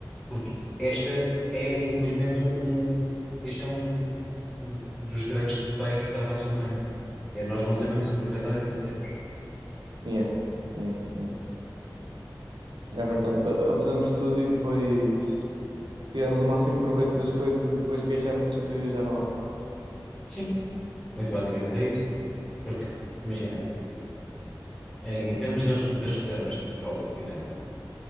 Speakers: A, in the centre; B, on the right (about 75°).
A: porque esta é, infelizmente, um, este é um, um dos grandes defeitos da raça humana. É nós não sabemos aproveitar aquilo que temos.
B: Yeah. Yeah. Yeah. É verdade. A- Abusamos de tudo e depois tiramos o máximo proveito das coisas e depois queixamos-nos que já não há.
A: Sim, Muito basicamente é isso, porque, imagina, em, em termos das, das reservas de petróleo, por exemplo,